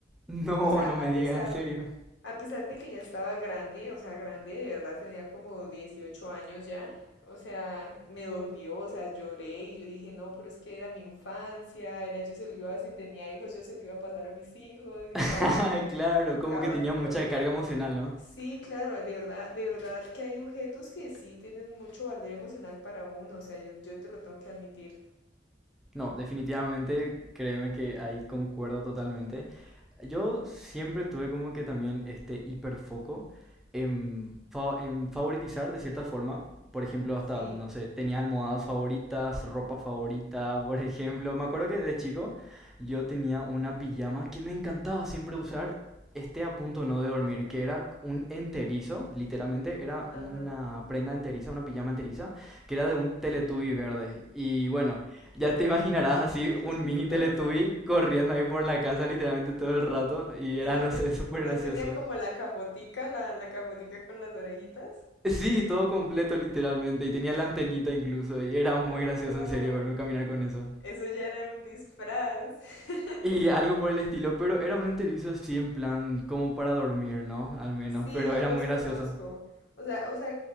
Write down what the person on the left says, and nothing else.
o sea,
a
pesar,
a pesar de que ya estaba grande, o sea, grande, de verdad tenía como 18 años ya, o sea, me dolió, o sea, lloré y yo dije, no, pero es que era mi infancia, era yo se lo iba, si tenía hijos, yo se lo iba a pasar a mis hijos y
no, eso fue
caótico.
Sí, claro, de verdad, de verdad que hay objetos que sí tienen mucho valor emocional para uno, o sea, yo, yo te lo tengo que admitir.
Sí,
ajá.
Qué
chistoso.
Y no,
ten-
no
tenía como la capotica, la, la capotica con las orejitas.
Ay,
no.
Eso ya era un disfraz. <laughs>
Sí,
yo
los
conozco.
O sea, o sea,